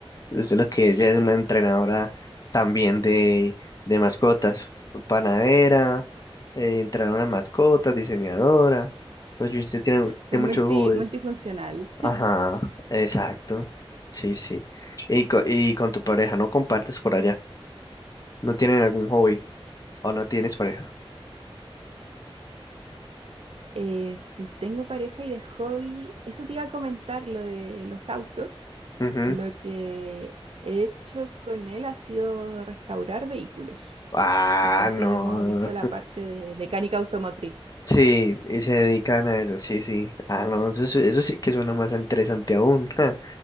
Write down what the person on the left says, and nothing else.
es lo que ella es una entrenadora también de, de mascotas, panadera, eh, entrenadora de mascotas, diseñadora. Pues y usted tiene,
tiene
mucho hobby.
Ajá, exacto. Sí, sí. Y, co- y con tu pareja, no compartes por allá. ¿No tienen algún hobby o no tienes pareja?
Ujú.
Ah,
no.
Sí, y se dedican a eso, sí, sí. Ah, no, eso, sí- eso sí que suena más interesante aún. <laughs> ja,